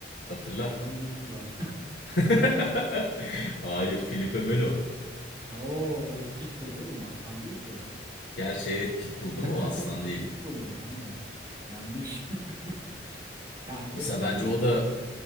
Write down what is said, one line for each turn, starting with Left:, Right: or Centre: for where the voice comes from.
Left: Hatırla.
Right: Şaban İnon'da.
Left: <laughs> Hayır, Felipe Melo.
Right: <laughs> Oo, o Pitbull oğlum Aslan değil ki o.
Left: Gerçi evet Pitbull değil
Right: <laughs>
Left: mi o aslan değil.
Right: Pitbull'u aynen. Yanlış. <laughs> Yani efsanedir.
Left: Mesela bence o da